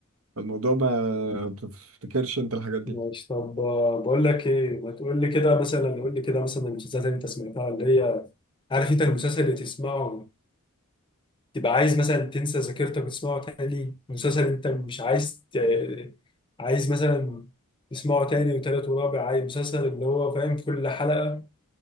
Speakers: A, on the right; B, on the left.
A: فالموضوع ما بتفتكرش انت الحاجات دي
B: ماشي طب آه، بقول لك ايه ما تقول لي كده مثلا قول لي كده مثلا المسلسلات اللي انت سمعتها اللي هي عارف انت المسلسل اللي تسمعه تبقى عايز مثلا تنسى ذاكرتك وتسمعه تاني مسلسل انت مش عايز ت- عايز مثلا تسمعه تاني وتالت ورابع عايز مسلسل اللي هو فاهم كل حلقه